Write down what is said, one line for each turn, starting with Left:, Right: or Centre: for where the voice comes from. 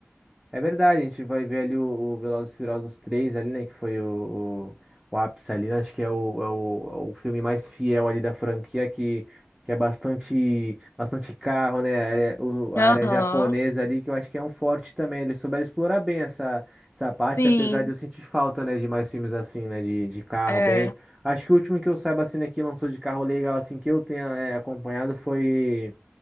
Centre: É verdade, a gente vai ver ali o, o Velozes e Furiosos 3 ali, né? Que foi o, o, o ápice ali, né? Acho que é o, é o, é o filme mais fiel ali da franquia, que, que é bastante, bastante carro, né? A área, o- a
Left: Aham,
Centre: área japonesa ali, que eu acho que é um forte também. Eles souberam explorar bem essa, essa parte,
Left: sim,
Centre: apesar de eu sentir falta, né? De mais filmes assim, né? De, de carro
Left: é.
Centre: bem. Acho que o último que eu saiba, assim, né? Que lançou de carro legal, assim, que eu tenha, é, acompanhado foi,